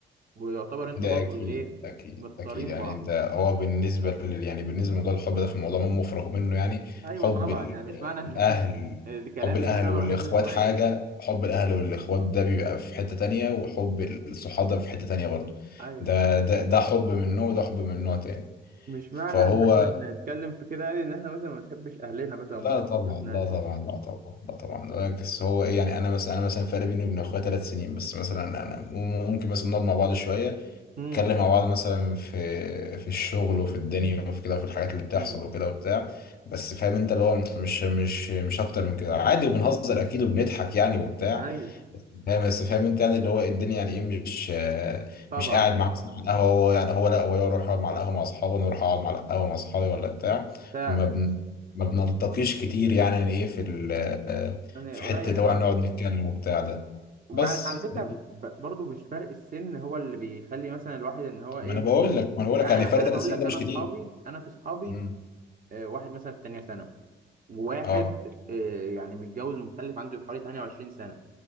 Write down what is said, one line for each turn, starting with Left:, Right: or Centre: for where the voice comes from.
Right: ويعتبر انتوا
Left: ده
Right: برضه
Left: اكيد
Right: اللي ايه
Left: اكيد
Right: مختارين
Left: اكيد يعني
Right: بعض
Left: انت
Right: يعني
Left: هو بالنسبه لل يعني بالنسبه لموضوع الحب ده في موضوع ما مفرغ منه يعني
Right: ايوه
Left: حب
Right: طبعا
Left: ال-
Right: يعني مش معنى إن-
Left: الاهل
Right: <laughs> الكلام
Left: حب الاهل
Right: ان انا
Left: والاخوات
Right: ما بحبش اخواتي
Left: حاجه
Right: يعني
Left: حب الاهل والاخوات ده بيبقى في حته تانية وحب الصحاب ده في حته تانية برضه
Right: ايوه
Left: ده ده ده حب من نوع وده حب من نوع تاني
Right: مش
Left: فهو
Right: معنى ان احنا بنتكلم في كده يعني ان احنا مثلا ما بنحبش اهلنا مثلا
Left: لا
Right: وما بنحبش
Left: طبعا
Right: اخواتنا
Left: لا طبعا لا طبعا لا طبعا بس هو ايه يعني انا مثلا انا مثلا فرق بيني وبين اخويا ثلاث سنين بس مثلا انا ممكن مثلا نقعد مع بعض شويه
Right: امم
Left: نتكلم مع بعض مثلا في في الشغل وفي الدنيا وفي كده وفي الحاجات اللي بتحصل
Right: امم
Left: وكده وبتاع بس فاهم انت اللي هو مش مش مش اكتر من كده عادي وبنهزر اكيد وبنضحك يعني وبتاع
Right: ايوه
Left: بس فاهم بس فاهم انت يعني اللي هو الدنيا يعني ايه مش آه،
Right: طبعا
Left: مش قاعد مع مثلا على القهوه هو يعني هو لا هو يروح يقعد مع القهوه مع اصحابه وانا اروح اقعد مع القهوه مع اصحابي ولا بتاع
Right: فعلا
Left: فما بن ما بنلتقيش كتير يعني يعني ايه في ال...
Right: يعني
Left: في
Right: قليل
Left: حته ده
Right: خالص
Left: نقعد نتكلم وبتاع ده
Right: وعلى
Left: بس
Right: على فكره
Left: ده كده.
Right: ب- برضو مش فرق السن هو اللي بيخلي مثلا الواحد ان هو ايه
Left: ما انا بقول لك ما انا بقول
Right: يعني
Left: لك يعني
Right: انا
Left: فرق
Right: انا
Left: ثلاث
Right: هقول
Left: سنين
Right: لك
Left: ده
Right: انا
Left: مش
Right: اصحابي
Left: كتير
Right: انا في اصحابي
Left: مم.
Right: آه، واحد مثلا في تانية ثانوي وواحد
Left: اه
Right: آه، يعني متجوز ومخلف عنده حوالي 28 سنه